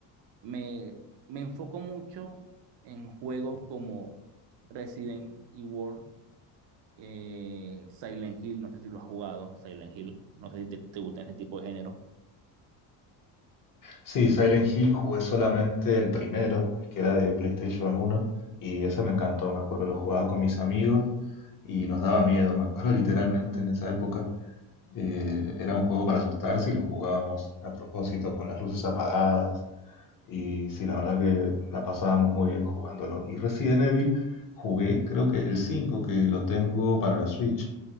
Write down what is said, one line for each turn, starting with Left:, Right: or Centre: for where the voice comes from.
Right: me, me enfoco mucho en juegos como Resident Evil, eh, Silent Hill, no sé si lo has jugado, Silent Hill, no sé si te, te gusta ese tipo de género.
Left: Sí, Silent Hill jugué solamente el primero, el que era de PlayStation uno y ese me encantó, me acuerdo, lo jugaba con mis amigos y nos daba miedo, me acuerdo literalmente en esa época. eh, era un juego para asustarse y lo jugábamos a propósito con las luces apagadas. Y sí, la verdad que la pasábamos muy bien jugándolo. Y Resident Evil jugué creo que el cinco que lo tengo para la Switch.